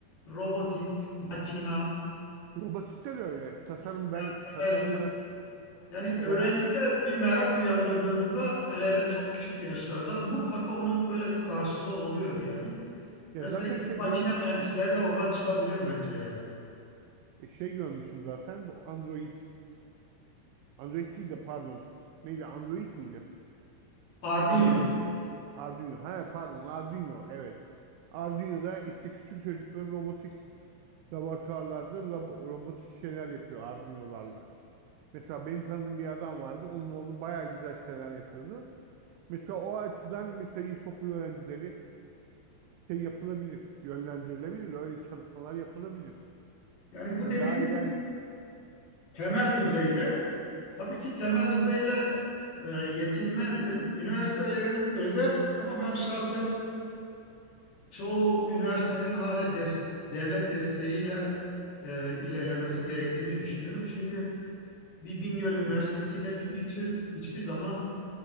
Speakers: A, on the left; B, on the right.
A: Robotik, makina,
B: robotikte de öyle. Tasarım
A: kimya,
B: ben
A: temel
B: tasarımı
A: Yani öğrencide
B: robotin
A: bir merak uyandırdığınızda hele hele çok küçük yaşlarda mutlaka onun böyle bir karşılığı oluyor yani.
B: ya
A: Mesela
B: zaten şey
A: makine
B: görmüşüm.
A: mühendisleri de oradan çıkabilir bence yani.
B: e, Şey görmüşüm zaten bu Android. Android değil de pardon. Neydi Android miydi?
A: Arduino.
B: Hani bu Arduino. Ha pardon Arduino evet. Arduino'da işte küçük çocukları robotik laboratuvarlarda labo- robotik şeyler yapıyor Arduino'larla. Mesela benim tanıdığım bir adam vardı. Onun oğlu bayağı güzel şeyler yapıyordu. Mesela o açıdan mesela ilkokul öğrencileri şey yapılabilir, yönlendirilebilir. Öyle çalışmalar yapılabilir.
A: Yani bu
B: Ve
A: dediğimiz
B: daha ileri...
A: temel düzeyde
B: Evet,
A: tabii ki temel düzeyle e, yetinmezdim. Üniversitelerimiz özel ama ben şahsen çoğu üniversitenin hala des- devlet desteğiyle e, ilerlemesi gerektiğini düşünüyorum. Çünkü bir Bingöl Üniversitesi
B: Hı hı.
A: ile bir İTÜ hiçbir zaman